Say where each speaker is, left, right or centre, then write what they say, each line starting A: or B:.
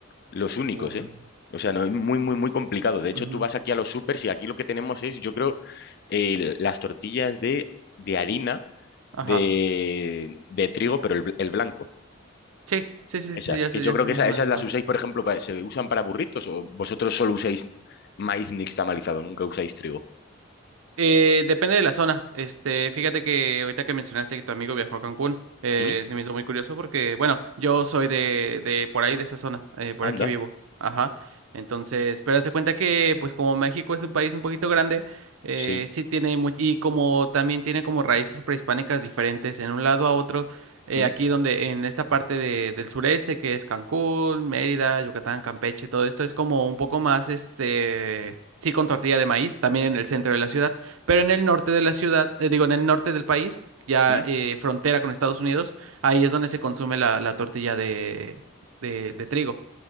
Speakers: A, on the left; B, on the right.
A: Los únicos,
B: guau
A: ¿eh? O sea, no es muy, muy, muy complicado. De hecho,
B: Ujú,
A: tú vas aquí a los supers y aquí lo que tenemos es, yo creo, eh, las tortillas de, de harina de,
B: Ajá.
A: de trigo, pero el, bl- el blanco.
B: Sí, sí, sí,
A: Esas,
B: sí, ya
A: que
B: sé,
A: yo
B: ya
A: creo
B: sé
A: que
B: más
A: esa-
B: o menos
A: esas, las
B: cuál.
A: usáis, por ejemplo, pa- ¿se usan para burritos o vosotros solo usáis maíz nixtamalizado, nunca usáis trigo?
B: Eh, depende de la zona. Este, fíjate que ahorita que mencionaste que tu amigo viajó a Cancún, eh,
A: ¿Mm?
B: se me hizo muy curioso porque, bueno, yo soy de, de por ahí, de esa zona, eh, por
A: Anda,
B: aquí vivo. Ajá. Entonces, pero haz de cuenta que, pues como México es un país un poquito grande, eh,
A: sí.
B: sí tiene mu- y como también tiene como raíces prehispánicas diferentes en un lado a otro, eh,
A: ¿Mm?
B: aquí donde, en esta parte de- del sureste, que es Cancún, Mérida, Yucatán, Campeche, todo esto es como un poco más, este... Sí, con tortilla de maíz, también en el centro de la ciudad. Pero en el norte de la ciudad, eh, digo, en el norte del país, ya
A: ¿Mm?
B: eh, frontera con Estados Unidos, ahí es donde se consume la, la tortilla de, de, de trigo.